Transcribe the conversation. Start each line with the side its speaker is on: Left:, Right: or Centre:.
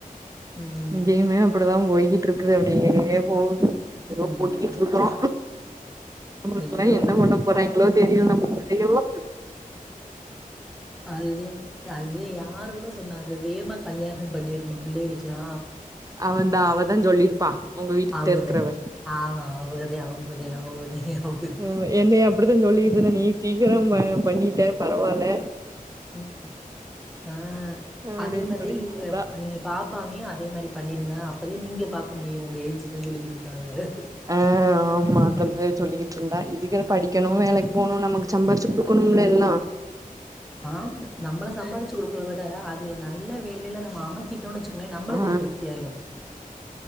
Centre: ம்
Right: இங்கயுமே அப்டிதா போய்க்கிட்டு இருக்குது அப்டியே போது ஏதோ
Centre: ம்.
Right: ஓட்டிக்கிட்டு இருக்கிறோ அவுங்களுக்கெல்லா
Centre: என்கிட்ட
Right: என்ன பண்ண போறாய்ங்களோ தெரியல நம்ம புள்ளைங்கல்லா
Centre: அதுதே இல்ல அதுதே யாரு கூட சொன்னாங்க வேகமா கல்யாணோ பண்ணிரனு பிள்ளைகளுக்லா
Right: அவந்தா அவதா சொல்லிருப்பா உங்க வீட்டுக்கிட்ட
Centre: அவங்க
Right: இருக்கறவ
Centre: தான். ஆமா அவுகதே அவுங்கதே அவுகதே அவுகதே
Right: ம் என்னைய அப்டிதா சொல்லிட்டு இருந்த நீ சீக்கிரோ ப பண்ணிட்ட பரவாயில்ல
Centre: ம் ஆ
Right: அப்டின்னு
Centre: அதே மாதிரி
Right: சொல்லிக்கிட்டு
Centre: இவுங்க
Right: இருந்தா
Centre: நீங்க பாப் பாவையு அதே மாரி பண்ணிடுங்க அப்போதே நீங்க பாக்க முடியு உங்க ஏஜுக்குன்னு சொல்லிக்கிட்டு இருந்தாக
Right: ஆ ஆம் மா அதேமேரி சொல்லிக்கிட்டு இருந்தா இதுக படிக்கணு வேலைக்கு போணு நமக்கு சம்பாரிச்சு குடுக்கணும்ல எல்லா
Centre: ஆ நம்பள சம்பாரிச்சி கொடுக்கறத விட அதுகள நல்ல வேலையில நம்ம அமச் சிடோனு வச்சிக்கோங்ளே நம்மளுக்கு
Right: ஆ
Centre: ஒரு திருப்தி ஆய்ரு